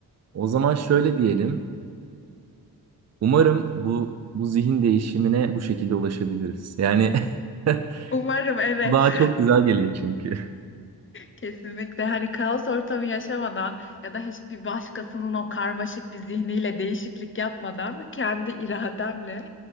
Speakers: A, on the right (about 45°); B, on the left (about 35°).
A: O zaman şöyle diyelim. Umarım bu bu zihin değişimine bu şekilde ulaşabiliriz. Yani <laughs>
B: Umarım evet
A: daha
B: <laughs>
A: çok güzel geliyor çünkü.
B: Kesinlikle hani kaos ortamı yaşamadan ya da hiçbir başkasının o karmaşık bir zihniyle değişiklik yapmadan kendi irademle.